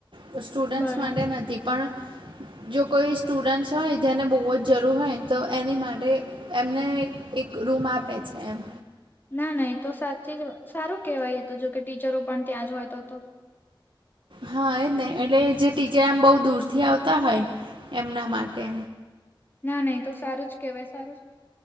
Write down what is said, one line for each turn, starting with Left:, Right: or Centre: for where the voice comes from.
Right: પણ સ્ટુડન્ટ્સ
Left: બરાબર
Right: માટે નથી પણ જો કોઈ સ્ટુડન્ટ્સ હોય જેને બહુ જ જરૂર હોય તો એની માટે એમને એક એક રૂમ આપે છે એમ.
Left: ના ના એ તો સાચી જ વ સારું કહેવાય તો જોકે ટીચરો પણ ત્યાં જ હોય તો તો
Right: હા એજ ને એટલે જે ટીચર આમ બહુ દૂરથી આવતા હોય એમના માટે.
Left: ના નહી તો સારું જ કેહેવાય સારું